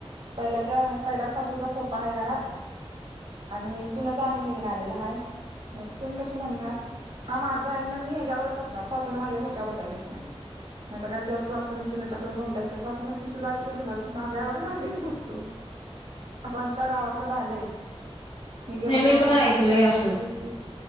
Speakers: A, on the right; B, on the left.
A: पहिल्याच्या पहिलाच सासूचा सोपा आहे घरात... आणि सूनच आणि नवीन आलेला आहे, मग सून कशी म्हणणार? हा माझा.. माझा हाय मग मी ह्याच्यावरच बसणार सासून माझ्या सोप्यावर बसायाचेच नाही. मग आता काय त्या सासूनं सुनेच्या पुढे बोंबेलायचे, सासू म्हणती तुझं आहे तूच बस माझं आहे माझ्यावर मीच बसती. असं आमच्या गावाकडे झालंय. मी गेलो
B: नाही
A: तर आमची
B: पण ऐकलंय
A: चुलतआजी
B: असं
A: होती